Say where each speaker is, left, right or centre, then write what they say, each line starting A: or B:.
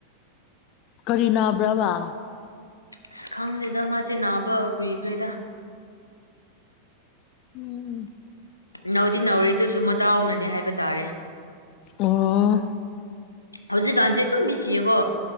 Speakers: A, on the left; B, on the left.
A: ꯀꯔꯤ ꯅꯥꯕ꯭ꯔꯥꯕ
B: ꯑꯁ ꯈꯪꯗꯦꯗ ꯃꯥꯁꯦ ꯅꯥꯕ ꯀꯨꯏꯈ꯭ꯔꯦꯗ
A: ꯎꯝ
B: ꯅꯧꯎꯗꯤ ꯅꯧꯔꯤꯗꯨꯁꯨ ꯃꯇꯗꯥꯎꯅꯅꯦ ꯍꯥꯏꯕ ꯇꯥꯔꯦ
A: ꯑꯣ
B: ꯍꯧꯖꯤꯛ ꯀꯟꯖꯦ ꯑꯗꯨꯝ ꯃꯤꯁꯤꯌꯦꯀꯣ